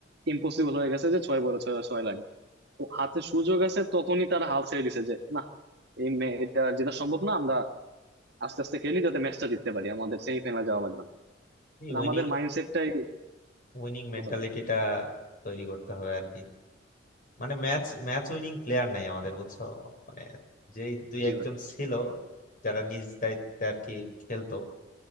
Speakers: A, on the right; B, on the left.
A: ইম্পসিবল হয়ে গেছে যে ছয় বলে ছয় ছয় লাগবে তো হাতে সুযোগ আছে তখনই তারা হাল ছেড়ে দিছে যে না এই মে- এটা যেটা সম্ভব না আমরা আস্তে আস্তে খেলি যাতে ম্যাচটা জিততে পারি আমাদের সেমিফাইনালে যাওয়া লাগবে না
B: এই
A: মানে
B: উইনিং
A: আমাদের মাইন্ডসেটটাই
B: উইনিং মেন্টালিটিটা
A: কোথাও নেই।
B: তৈরি করতে হবে আর কি মানে ম্যাচ ম্যাচ উইনিং প্লেয়ার নাই আমাদের বুঝছো মানে যেই দুই
A: জি
B: একজন
A: ভাই
B: ছিল যারা নিজ দায়িত্বে আর কি খেলতো